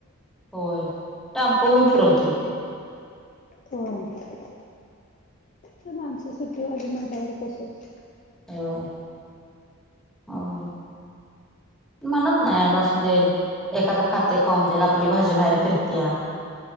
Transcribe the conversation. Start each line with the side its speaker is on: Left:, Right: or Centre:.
Centre: होय टॅम्पो घेऊन फिरवतो.
Left: होय तर माणसं सिटीवाली ना तसंच
Centre: होय अजून म्हणत नाही असून दे एखादा खाते खाऊन जर आपले भाजे बाहेर फिरती या